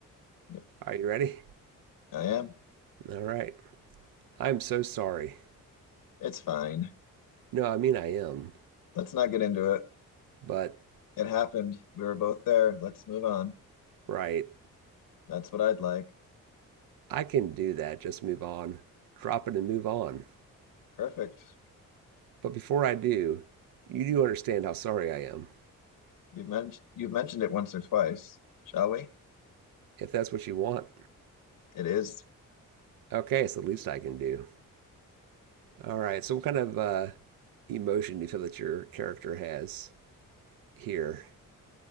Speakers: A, on the left; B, on the right.
A: Yep,
B: Are you ready?
A: I am.
B: All right. I'm so sorry.
A: It's fine.
B: No, I mean, I am.
A: Let's not get into it.
B: But,
A: It happened. We were both there. Let's move on.
B: right.
A: That's what I'd like.
B: I can do that. Just move on. Drop it and move on.
A: Perfect.
B: But before I do, you do understand how sorry I am.
A: You've mentioned you've mentioned it once or twice. Shall we?
B: If that's what you want.
A: It is.
B: Okay. It's the least I can do. All right. So, what kind of uh, emotion do you feel that your character has here?